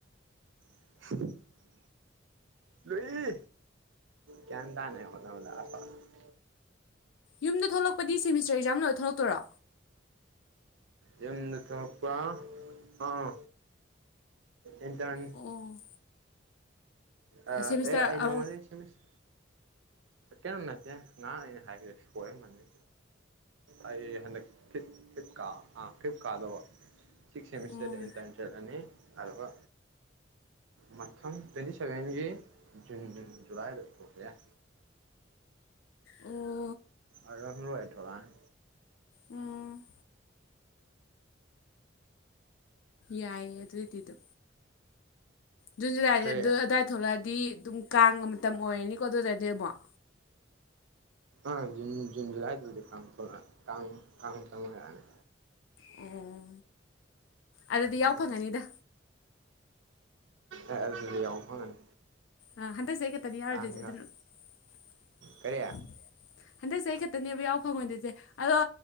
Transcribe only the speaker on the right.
<inaudible> ꯂꯨꯏ ꯒꯌꯥꯟ ꯇꯥꯅꯩ ꯍꯣꯠꯅꯕꯗ <unintelligible>
ꯌꯨꯝꯗ ꯊꯣꯛꯄ ꯑꯥ ꯏꯟꯇꯔꯟ
ꯑ
ꯑꯦ ꯑꯩ
ꯅꯣꯉꯣꯟꯗꯩ ꯁꯤꯃꯤꯁ ꯀꯦꯝ ꯅꯠꯇꯦ ꯉꯔꯥꯡ ꯑꯩꯅ ꯍꯥꯏꯈꯤꯕꯗꯣ ꯁꯣꯏꯔꯝꯃꯅꯤ꯫ ꯑꯩ ꯍꯟꯗꯛ ꯐꯤꯐ ꯐꯤꯐ ꯀꯥ ꯑ ꯐꯤꯐ ꯀꯥꯗꯧꯕ꯫ ꯁꯤꯛꯁ ꯁꯦꯃꯤꯁꯇꯔꯗ
ꯏꯟꯇꯔꯟ ꯆꯠꯂꯅꯤ ꯑꯗꯨꯒ꯫ ꯃꯊꯪ ꯇ꯭ꯋꯦꯟꯇꯤꯁꯕꯦꯟꯒꯤ ꯖꯨꯟ ꯖꯨꯂꯥꯏꯗ ꯊꯣꯛꯄ ꯌꯥꯏ꯫
ꯑꯗꯨꯗꯕꯨ ꯂꯣꯏꯔ ꯊꯣꯛꯂꯛꯑꯅꯤ꯫
ꯀꯔꯤ
ꯑꯥ ꯖꯨꯟ ꯖꯨꯟ ꯖꯨꯂꯥꯏꯗꯗꯤ ꯀꯥꯡ ꯊꯣꯛꯂꯛꯑ ꯀꯥꯡ ꯀꯥꯡ ꯃꯇꯝ ꯍꯣꯏꯔꯛꯑꯅꯤ꯫
ꯀꯥꯡ
ꯑꯦ ꯑꯗꯨꯗꯗꯤ ꯌꯥꯎꯕ ꯐꯪꯉꯅꯤ
ꯀꯥꯡꯒ
ꯀꯔꯤ ꯑꯣ